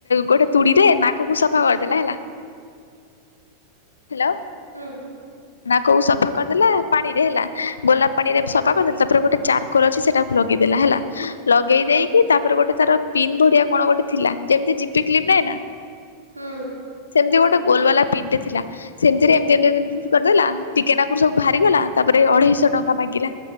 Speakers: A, on the left; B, on the right.
A: ଗୋଟେ ତୁୁରରେ ନା କୁ ସଫା କରିଦେଲା ହେଲା ହଲୋ।
B: ହୁଁ
A: ନା କୋଉ ସଫା କରିଦେଲା ପାଣିରେ ହେଲା ଗୋଲାପ ପାଣିରେ
B: ହୁଁ
A: ସଫା କରିଦେଲା ତାପରେ ଗୋଟେ ଚାରକୋର ଅଛି ସେଟାକୁ ଲଗେଇଦେଲା ହେଲା ଲଗେଇ
B: ହୁଁ
A: ଦେଇକି ତାପରେ ଗୋଟେ ତାର ପିନ୍ ଭଡିିଆ କଣ ଗୋଟେ ଥିଲା ଯେମତି ଜିପି କ୍ଲିପ ନହିଁ ନା
B: ହୁଁ
A: ସେମତି ଗୋଟେ ଗୋଲ ବାଲା ପିନଟେ ଥିଲା ସେମତିରେ ଏମ ଏମ କରିଦେଲା ଟିକେନାକରୁ ସବୁ ବାହାରିଗଲା ତାପରେ ଅଢେଇଶହ ଟଙ୍କା ମାଗିଲା